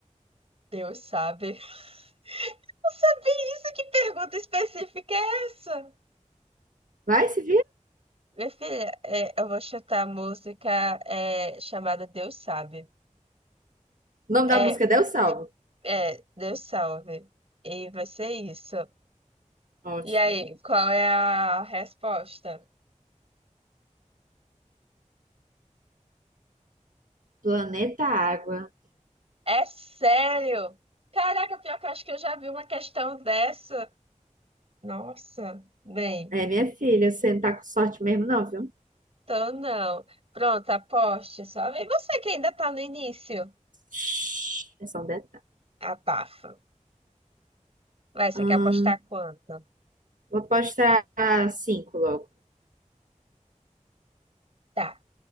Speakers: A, on the right; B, on the right.
A: Deus sabe. <laughs> Não sabia isso? Que pergunta específica é essa?
B: Vai, se
A: Minha filha, é, eu vou chutar a música é, chamada Deus Sabe.
B: O nome
A: É,
B: da música é Deus Salve.
A: é, Deus Salve. E vai ser isso.
B: Ótimo.
A: E aí, qual é a resposta?
B: Planeta Água.
A: É sério? Caraca, pior que eu acho que eu já vi uma questão dessa. Nossa, bem,
B: É, minha filha, você não tá com sorte mesmo, não, viu?
A: então não. Pronto, aposte só. E você que ainda tá no início?
B: Shhh, é só um detalhe.
A: Abafa. Vai, você quer
B: Ahn,
A: apostar quanto?
B: vou apostar cinco logo.
A: Tá,